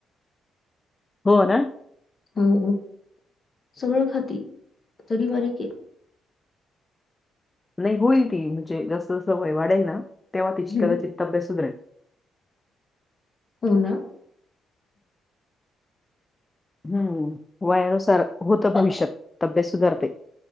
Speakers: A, on the left; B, on the left.
A: हो ना
B: हो सगळं खाती, तरी बारीक हे.
A: नाही होईल ती, म्हणजे जसं जसं वय वाढेल ना, तेव्हा तिची
B: आहे
A: कदाचित तब्येत सुधरेल.
B: होना
A: हम्म वयानुसार होत, भविष्यात तब्येत सुधारते.